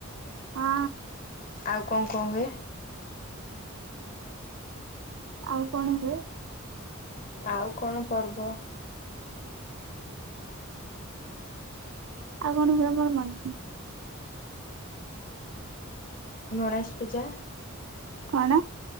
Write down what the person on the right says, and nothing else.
ହଁ
ଆଉ କଣ ହୁଏ?
ଆଉ କଣ ହୁଏ ମୋର ମନେ
କଣ